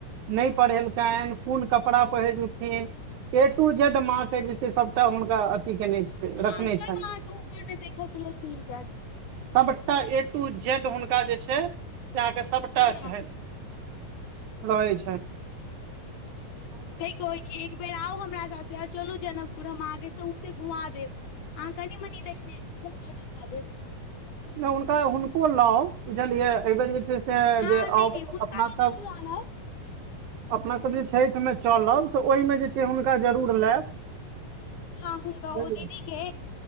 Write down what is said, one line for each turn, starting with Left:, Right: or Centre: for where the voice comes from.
Right: नहि पहिेलकनि कोन कपड़ा पहिरलखिन। ए टू जेड माँ के जे छै सबटा हुनका अथी केने छै।
Left: हँ
Right: रखने
Left: सब
Right: छनि
Left: अहाँके ऊपर मे देखय के लेल मिल जायत।
Right: सभटा ए टू जेड हुनका जे छै से अहाँके सभटा
Left: हँ
Right: छनि। रहै छैन।
Left: तैं कहै छीय एक बेेर आउ हमरा साथे चलू जनकपुर हम अहाँके सस घुमा देब। अहाँ कनि मनी देखने हब हम सबटा देखा देब।
Right: नय हुनका हुनको लाउ बुझलियै एहि बेर जे छै से से
Left: हँ
Right: जे
Left: नहि
Right: आ
Left: नहि हुनका
Right: अपना
Left: तऽ
Right: सब
Left: जरूर आनब
Right: अपना सभ जे छठि मे चलब त ओहिमे जे छै हुनका जरूर लायब
Left: हँ हुनका
Right: बुझलियै
Left: ओ दीदीे के